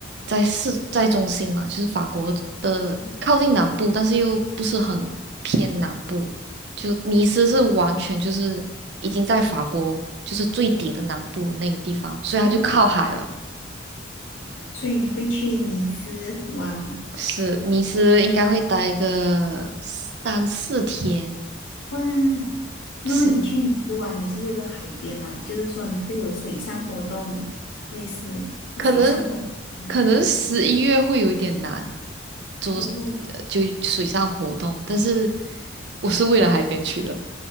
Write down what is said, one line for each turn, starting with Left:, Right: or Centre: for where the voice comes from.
Right: 在市在中心嘛，就是法国的靠近南部，
Left: 嗯
Right: 但是又不是很偏南部。就尼斯是完全就是已经在法国就是最底的南部那个地方，所以它就靠海了。
Left: 哦，所以你会去尼斯玩
Right: 是尼斯应该会待个三四天，
Left: 哇？那么你去尼斯玩，
Right: 是
Left: 你是为了海边嘛？就是说你会有水上活动，类似水上活动
Right: 可能可能十一月会有一点难
Left: 这样子
Right: 做，
Left: 哦。
Right: 呃就水上活动，但是我是为了海边去的。